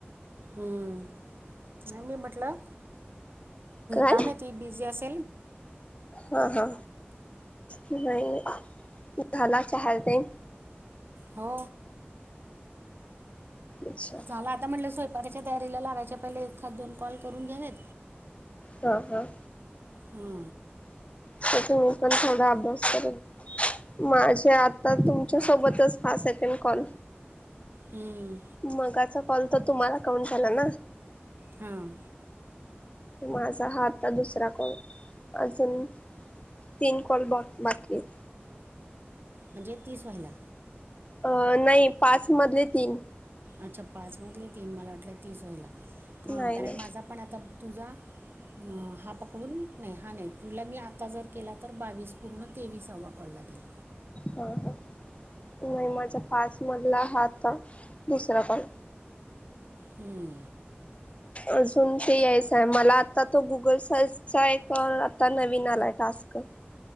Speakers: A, on the right; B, on the left.
A: हम्म आणि मी म्हटलं
B: काय
A: तम. अ त बजी अस.
B: हा हा नाही ला चहातेई.
A: हो
B: अच्छा
A: झाला आता म्हटलं स्वयपाकाच्या तयारीला लागायच्या पहिले एखाद दोन कॉल करून घ्यावेत.
B: हा हा
A: हा
B: तथ मी पण थोडा अभ्यास करेन. माझे आता तुमच्या सोबतच हा सेकंड कॉल.
A: हम्म,
B: मगाचा कॉल तर तुम्हाला काउंट झाला ना?
A: हां
B: माझा हात दुसरा कॉल अजून तिनकॉल बो बाकीयत.
A: म्हणजे तीस व्हायला.
B: अ नाही पाच मधले तीन.
A: अच्छा पाच मधले तीन मला वाटले तीस व्हायला हां
B: नाही
A: कारण
B: नाही
A: माझा पण आता तुझा हा पकडून नाही हा नाही तुला मी आता जर केला तर बावीस पूर्ण तेवीस हवा कॉलला देईल.
B: हा हा नाही माझा पाच मधला हा आता दुसरा कॉल.
A: हम्म
B: अजून ते यायचाय मला आता तो गुगल सर्च. चा एक आता नवीन आलाय टास्क.